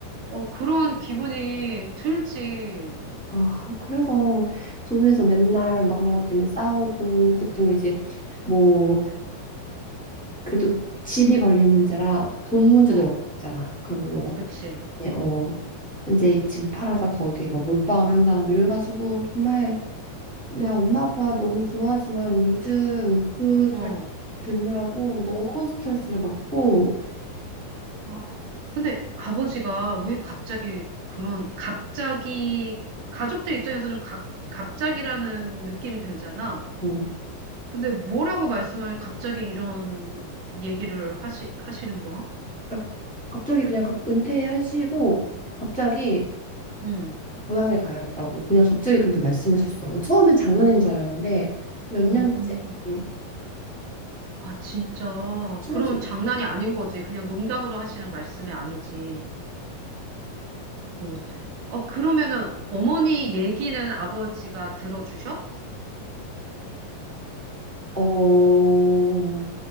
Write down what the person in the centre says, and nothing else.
그러니까. 그래서 조원에서 맨날 막 그런 것 때문에 싸우고, 그것 때문에 이제 뭐, 그래도 집이 걸린 문제라 돈 문제도
여기 있잖아. 그럼 뭐,
이제 어, 현재 집을 팔아서 거기 막 몰빵을 한다. 뭐 이래가지고 정말 내 엄마 아빠 너무 좋아하지만 요즘 그
가- 듣느라고 너무 스트레스를 받고
어,
딱 갑자기 그냥 갑- 은퇴하시고 갑자기
고향에 가야겠다고 그냥 갑자기 그렇게 말씀하셨어. 뭐 처음엔 장난인 줄 알았는데 몇 년째
이게
심해지고
어